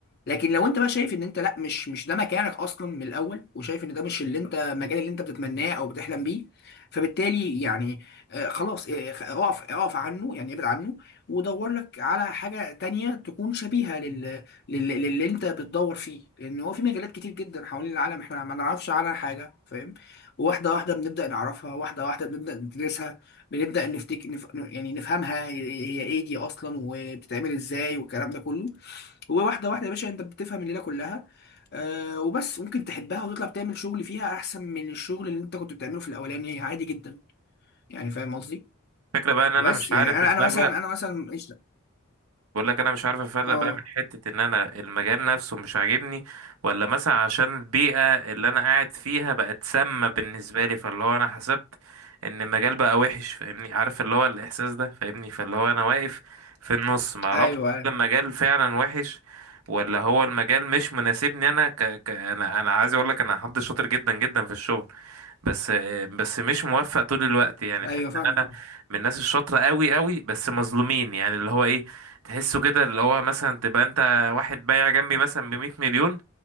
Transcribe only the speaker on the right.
الفكره بقى ان انا
مش
عارف
افرق
بقول لك انا مش عارف افرق
بقى من حتة ان انا المجال نفسه مش عاجبني ولا مثلا عشان البيئة اللي انا قاعد فيها بقت سامة بالنسبة لي فاللي هو انا حسبت ان المجال بقى وحش فاهمني عارف اللي هو الاحساس ده فاهمني فاللي هو انا واقف في النص ما اعرفش
هل المجال فعلا وحش ولا هو المجال مش مناسبني انا ك... ك... انا انا عايز اقول لك انا حد شاطر جدا جدا في الشغل بس بس مش موفق طول الوقت يعني
تحس
ان انا من الناس الشاطره قوي قوي بس مظلومين يعني اللي هو ايه تحسه كده اللي هو مثلا تبقى انت واحد بايع جنبي مثلا ب 100 مليون